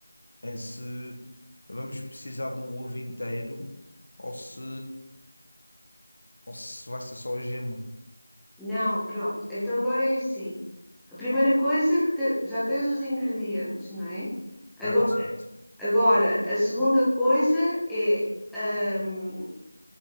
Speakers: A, on the left; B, in the centre.
A: é se vamos precisar do ovo inteiro ou se, ou se vai ser só a gema.
B: não, pronto. Então agora é assim. A primeira coisa é que te- já tens os ingredientes, não é? Agora,
A: Certo, certo.
B: agora, a segunda coisa é hum,